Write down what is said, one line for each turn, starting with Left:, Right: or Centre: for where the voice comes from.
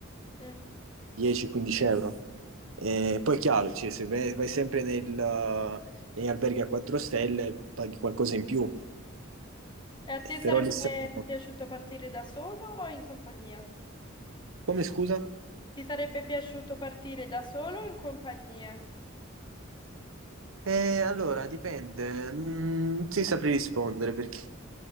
Left: Mm.
Right: 10-15 euro. E poi è chiaro, cioè, se vai, vai sempre nel, negli alberghi a 4 stelle paghi qualcosa in più,
Left: E a te
Right: però
Left: sarebbe
Right: lì siamo...
Left: piaciuto partire da solo o in compagnia?
Right: Come scusa?
Left: Ti sarebbe piaciuto partire da solo o in compagnia?
Right: Eh, allora, dipende, Mm, non ti saprei rispondere perché